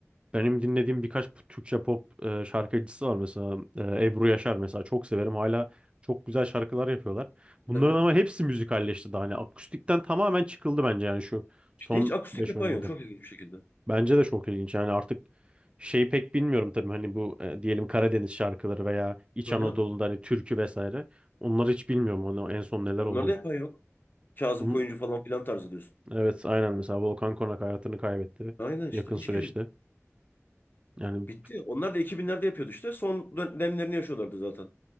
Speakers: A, on the right; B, on the left.
A: benim dinlediğim birkaç Türkçe pop e, şarkıcısı var. Mesela e, Ebru Yaşar mesela çok severim. Hala çok güzel şarkılar yapıyorlar. Bunların
B: Aha.
A: ama hepsi müzikalleşti daha. Hani akustikten tamamen çıkıldı bence yani şu son
B: İşte hiç akustik
A: beş
B: yapan
A: on yılda.
B: yok. Çok ilginç bir şekilde.
A: Bence de çok ilginç. Yani artık şey pek bilmiyorum tabii hani bu e, diyelim Karadeniz şarkıları veya İç
B: Aha.
A: Anadolu'da hani türkü vesaire. Onları hiç bilmiyorum onu en son neler
B: Ya
A: oluyor.
B: onları da yapan yok. Kazım
A: Onun-
B: Koyuncu falan filan tarzı diyorsun.
A: evet aynen mesela Volkan Konak hayatını kaybetti
B: Aynen
A: yakın
B: işte. Hiçbiri
A: süreçte.
B: yok.
A: Yani
B: Bitti. Onlar da 2000'lerde yapıyordu işte. Son dönemlerini yaşıyorlardı zaten.